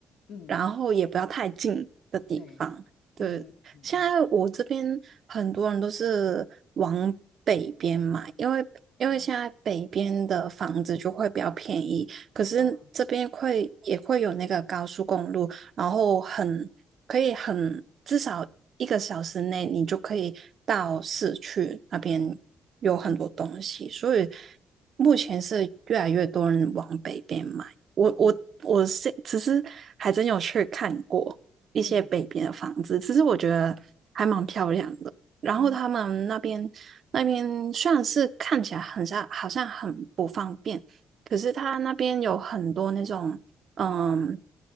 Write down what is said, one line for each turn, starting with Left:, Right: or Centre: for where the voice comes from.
Left: 嗯
Right: 然后也不要太近的地方。
Left: 对嗯嗯嗯
Right: 对，现在我这边很多人都是往北边买，因为因为现在北边的房子就会比较便宜，
Left: 嗯哦
Right: 可是这边会也会有那个高速公路，
Left: 啊
Right: 然后很可以很至少一个小时内你就可以到市区那边有很多东西，
Left: 嗯
Right: 所以目前是越来越多人往北边买。我我我是其实还真有去看过一些北边的房子，
Left: 嗯嗯
Right: 其实我觉得还蛮漂亮的。然后他们那边那边虽然是看起来很像，
Left: 嗯嗯
Right: 好像很不方便，可是他那边有很多那种嗯